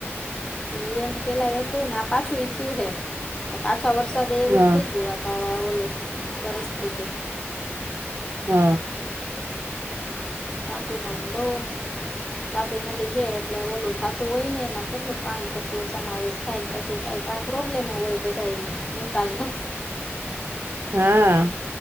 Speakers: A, on the left; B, on the right.
A: તો એની પેલા એવ હતું ને આ પાછું ઈ થયું હે પાછા વરસાદ એવું
B: હા
A: જ થઈ ગયું આ ખાવા ઓલું પરિસ્થિતિ.
B: હા.
A: તાપીમાનુ બઉ તાપી નદી હે એટલે ઓલું ખાતું હોય ને એમાં કેટલું પાણી પછી સમાવેશ થાય ને પછી કાંઈક આ પ્રોબ્લેમ હો હોય એ બધા નિકાલના
B: હા.